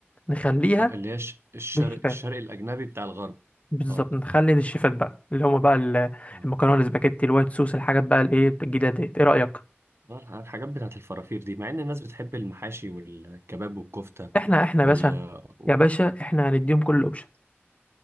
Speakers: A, on the left (about 30°); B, on the right (about 70°).
A: نخليها
B: آه، اللي هي الش- الشرق
A: للشيفات
B: الشرق الأجنبي بتاع الغرب
A: بالظبط
B: اه
A: نخلي للشيفات بقى اللي هم بقى ال-
B: اه
A: المكرونة الاسباجيتي الوايت صوص الحاجات بقى الإيه الجديدة ديت إيه رأيك؟
B: آه، الحاجات بتاعت الفرافير دي مع إن الناس بتحب المحاشي والكباب والكفتة
A: إحنا إحنا
B: وال
A: يا باشا
B: و-
A: يا باشا إحنا هنديهم كل الأوبشن